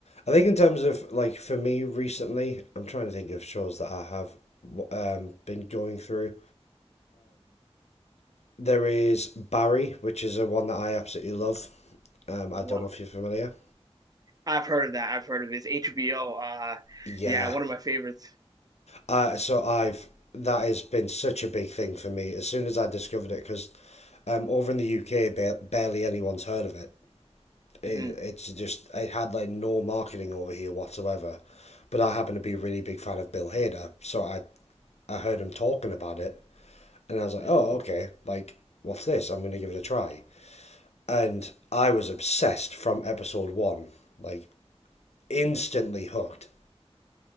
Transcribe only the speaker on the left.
I think in terms of like for me recently, I'm trying to think of shows that I have um, been going through. There is Barry, which is a one that I absolutely love. Um,
I don't know if you're familiar.
Yeah.
Uh, so I've that has been such a big thing for me as soon as I discovered it because um, over in the UK, ba- barely anyone's heard of it. it,
it's just it had like no marketing over here whatsoever. But I happen to be a really big fan of Bill Hader, so I I heard him talking about it, and I was like,
oh okay, like what's this? I'm gonna give it a try. And I was obsessed from episode one, like instantly hooked.